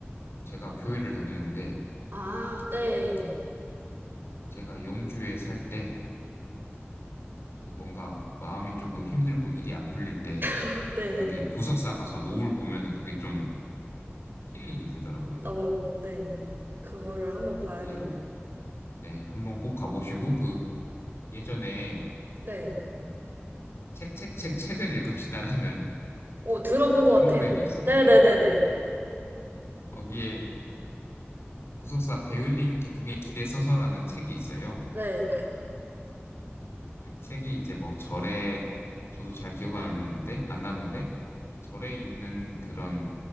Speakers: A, on the left; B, on the right.
A: 제가 교회를 다니는데
B: 아, 네, 네.
A: 제가 영주에 살 때 그 뭔가 마음이 조금 힘들고 일이 안 풀릴 때
B: 어, 네,
A: 저녁에
B: 네.
A: 보석 사가서 노을 보면은 그게 좀 힐링이 되더라고요.
B: 어, 네. 그거를 한번 봐야겠네요.
A: 거기 한- 네, 한번 꼭 가보시고 그 예전에
B: 네.
A: 음, 책책책 책을 읽읍시다라는
B: 어, 들어본
A: 그
B: 것
A: 프로그램이
B: 같아요.
A: 있었는데
B: 네네네네.
A: 거기에 부속사 배을림 기둥에 기대 서서라는 책이 있어요.
B: 네.
A: 그 책이 이제 뭐 절에 저도 잘 기억 안 나는데 안 나는데 절에 있는 그런